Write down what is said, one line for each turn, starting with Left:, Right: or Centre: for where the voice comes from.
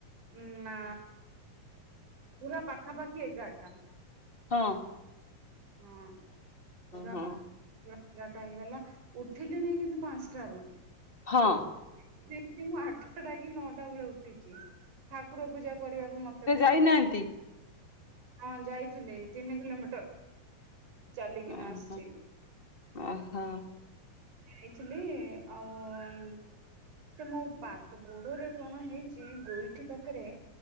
Right: ଉଁ ନା ପୁରା ପାଖାପାଖି ଏଗାରଟା।
Left: ହଁ।
Right: ହଁ ପୁରା
Left: ହଁ
Right: ପା ଏଗାରଟା ହେଇଗଲା। ଉଥିଲିଣି କିନ୍ତୁ ପାନସଟାରୁ।
Left: ହଁ।
Right: ଏତିକି ଏତିକି ମୁଁ ଆଠଟା କି ନଅଟା ବେଳେ ଉଠିଛି ଠାକୁର ପୂଜା କରିବାକୁ ମତେ
Left: ପାଇନାହାନ୍ତି।
Right: ହଁ ଯାଇଥିଲେ ତିନି କିଲୋମିଟର। ଚାଲିକିନା
Left: ଓହୋ
Right: ଆସିଚି।
Left: ଓହୋ
Right: ଯାଇଥିଲି ଆଉ ଉଁ ଉଁ ସେ ମୋ ପାଦ ଗୋଡରେ କଣ ହେଇଛି ଗୋଇଠି ପାକରେ?